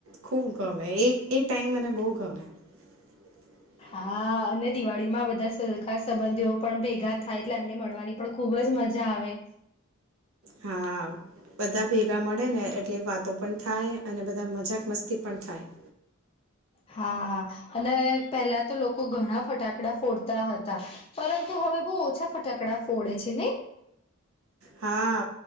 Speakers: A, on the right; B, on the left.
A: ખૂબ ગમે એ એ ટાઈમ મને બઉ ગમે. <unintelligible>
B: આ અને દિવાળી માં બધા સરગા સંબંધીઓ પણ ભેગા થાય એટલે એમને મળવાની પણ ખુબ જ મજા આવે.
A: હા બધા ભેગા મળે ને એટલે વાતો પણ થાય અને બધા મજાક મસ્તી પણ થાય.
B: હા અને પેલા તો લોકો ઘણા ફટાકડા ફોડતા હતા. પરંતુ હવે બઉ ઓછા ફટાકડા ફોડે છે ને?
A: હા